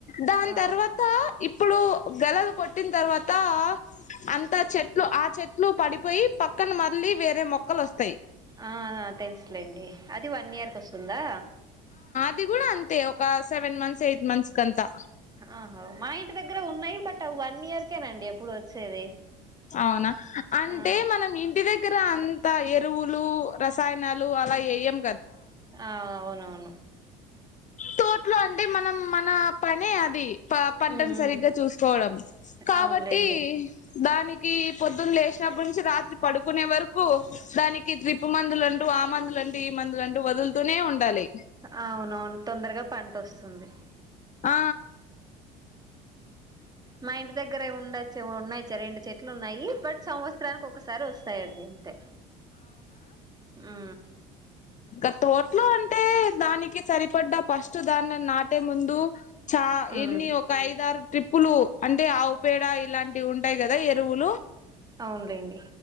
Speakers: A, on the left; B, on the right.
A: దాని
B: ఆ
A: తర్వాత ఇప్ ఇప్పుడు గలలు కొట్టిన తర్వాత అంత చెట్లు ఆ చెట్లు పడిపోయి పక్ క్కన మళ్ళీ వేరే మొక్కలు వస్
B: ఆ ఆ తెలుసులేండి అది వన్ ఇయర్ కొస్తుందా
A: ఇవి కూడా అంతే ఒక సెవెన్ మంత్స్ ఎయిట్ మంత్స్ కంతా
B: ఆహో మా ఇంటి దగ్గర ఉన్నాయి బట్ అ వన్ ఇయర్కేనండి ఎప్పుడు వచ్చేది
A: అవునా అంటే
B: ఆ
A: మనం ఇంటి దగ్గర అంత ఎ రువులు రసాయనాలు అలా ఎయం
B: ఆ అవునవును
A: తోటలో అంటే మనం మన పనే అది ప పంటను
B: ఉమ్
A: సరిగ్గా చూసుకోవడం కాబట్టి
B: అవునులేండి
A: దానికి పొద్దున్న లేష్ ప్ప నుంచి రాత్రి పడుకునే వరకు దానికి త్రిప్పు మందులని డు ఆ మందులు అంటే ఈ మందులు అంటూ వదులుతూనే ఉండాలి
B: అవునవును తొందరగా పంట వస్తుంది
A: ఆ
B: మా ఇంటి దగ్గరే ఉండొచ్చు ఉన్నాయిచ్చ రెండు చెట్లు ఉన్నాయి బట్ సంవత్సరానికి ఒకసారి వస్ స్థాయండి అంటే ఊ
A: ఇక తోట్లో అంటే దానికి సరిపడ్డా ఫస్ట్ దాన్ని నాట్ టే ముందు చా
B: ఉమ్
A: ఎన్ని ఒక ఐదారు ట్రిప్పులు అంటే ఆవు పేడ ఇలాంటివి ఉంటాయి గద ఎరువులు
B: అవునులేండి